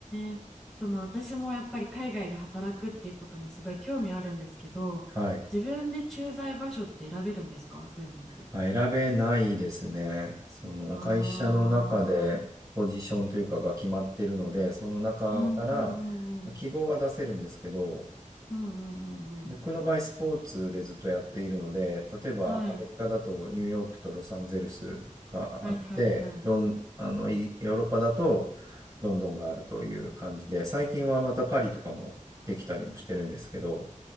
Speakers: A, in the centre; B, on the right (about 25°).
A: え、その私もやっぱり海外で働くっていうことにすごい興味あるんですけど、
B: はい。
A: 自分で駐在場所って選べるんですかそういうのって。
B: あ、選べないですね。その会社の中でポジションというかが決まっているので、
A: ああ、
B: その中からまあ希望は出せるんですけど、
A: うんうんうんうん。うんうんうんうん。
B: 僕の場合スポーツでずっとやっているので、例えばアメリカだとニューヨークとロサンゼルスがあって、
A: はい。はいはいは
B: ロン、あの、いヨーロッパだとロンドンがあるという感じで、最近はまたパリとかもできたりもしてるんですけど、